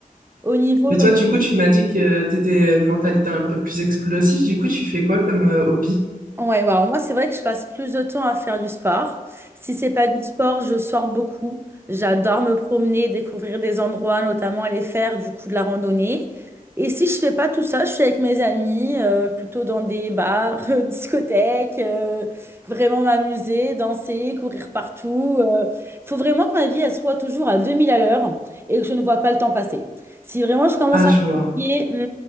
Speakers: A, on the right; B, on the right.
A: Au niveau
B: Et
A: de
B: toi, du coup, tu m'as dit que tu étais une mentalité un peu plus explosive. Du coup, tu fais quoi comme euh, hobby?
A: Ouais, ouais, alors moi, c'est vrai que je passe plus de temps à faire du sport. Si c'est pas du sport, je sors beaucoup. J'adore me promener, découvrir des endroits, notamment aller faire du coup de la randonnée. Et si je fais pas tout ça, je suis avec mes amis, euh, plutôt dans des bars, <laughs> euh, discothèques, euh, vraiment m'amuser, danser, courir partout. Il faut vraiment que ma vie, elle soit toujours à 2000 à l'heure et que je ne vois pas le temps passer. Si vraiment je commence
B: Ah,
A: à
B: je
A: me
B: vois.
A: fatiguer,